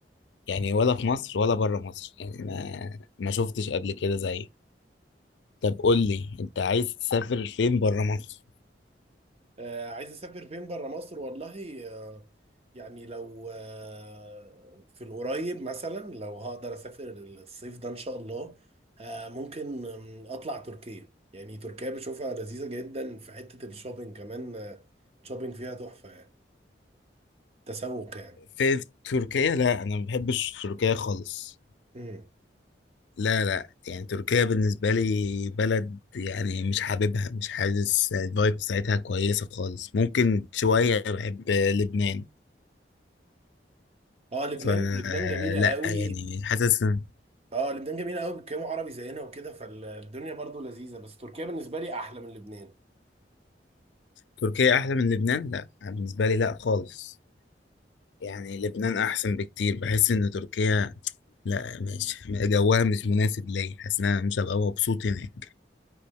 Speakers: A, on the left (about 80°); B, on the right (about 35°).
A: يعني ولا في مصر ولا بره مصر يعني ما ما شفتش قبل كده زيه طب قول لي انت عايز تسافر فين بره مصر
B: آه، عايز اسافر فين بره مصر والله آه، يعني لو آه، في القريب مثلا لو هقدر اسافر الصيف ده ان شاء الله آه، ممكن آم، اطلع تركيا يعني تركيا بشوفها لذيذة جدا في حتة الشوبينج كمان آه، شوبينج فيها تحفة يعني تسوق يعني
A: في تركيا لا انا ما بحبش تركيا خالص
B: مم.
A: لا لا يعني تركيا بالنسبه لي بلد يعني مش حاببها مش حاسس الفايب بتاعتها كويسه خالص ممكن شويه بحب لبنان
B: اه لبنان
A: فلا
B: لبنان جميلة قوي
A: يعني حاسس ان
B: اه لبنان جميلة قوي بيتكلموا عربي زينا وكده فالدنيا برضو لذيذة بس تركيا بالنسبة لي احلى من لبنان
A: تركيا احلى من لبنان لا بالنسبه لي لا خالص يعني لبنان احسن بكتير بحس ان تركيا لا مش جوها مش مناسب ليا حاسس ان انا مش هبقى مبسوط هناك